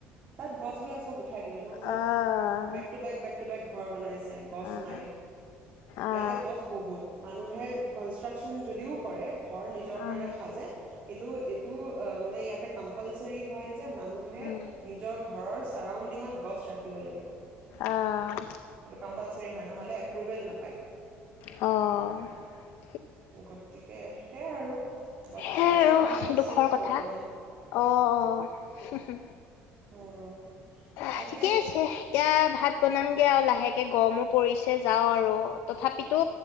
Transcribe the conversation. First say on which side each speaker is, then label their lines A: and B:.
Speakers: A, on the right; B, on the left.
A: তাত গছ- বিলাক চব উঠাই দিলে ন',
B: আহ
A: চব। বেক-টো -বেক, বেক-টু -বেক। ঘৰ বনাই গছ
B: আহ
A: নাই
B: আহ
A: ইয়াতে গছ বহুত মানুহে কনষ্ট্ৰাকচন যদিও কৰে ঘৰ নিজৰ
B: আহ
A: কাৰণে সাজে কিন্তু এইটো অ মানে ইয়াতে কম্পালচাৰী হয় যে মানুহে
B: উম
A: ঘৰৰ ছাৰাউণ্ডিঙত গছ ৰাখিব লাগিব। এইটো
B: আহ
A: কম্পালচৰি হয়, নহ'লে- এপ্ৰভেল নাপায়
B: অ', -
A: গতিকে সেইয়া আৰু
B: সেইয়াই
A: গছৰ
B: আৰু
A: কাৰণে বাচি
B: দুখৰ
A: আছো
B: কথা
A: বৰ্তমান
B: অ অ
A: উম
B: অ
A: তাকে
B: ঠিকে আছে এয়া ভাত বনামগে আৰু লাহেকে, গৰমো পৰিছে যাওঁ আৰু তথাপিতো